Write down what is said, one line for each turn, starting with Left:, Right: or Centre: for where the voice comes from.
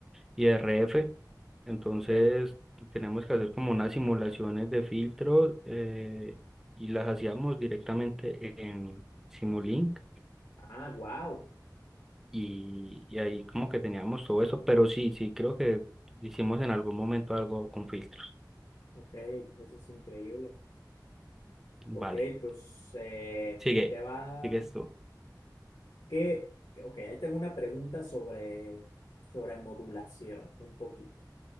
Centre: y RF. Entonces
Left: Ok.
Centre: tenemos que hacer como unas simulaciones de filtros eh, y las hacíamos directamente en Simulink
Left: Ah, wow.
Centre: y, y ahí como que teníamos todo eso, pero sí, sí, creo que hicimos en algún momento algo con filtros.
Left: Ok, eso es increíble.
Centre: Vale,
Left: Ok, pues eh,
Centre: sigue,
Left: te va.
Centre: sigues tú.
Left: ¿Qué? Ok, ahí tengo una pregunta sobre, sobre modulación, un poquito.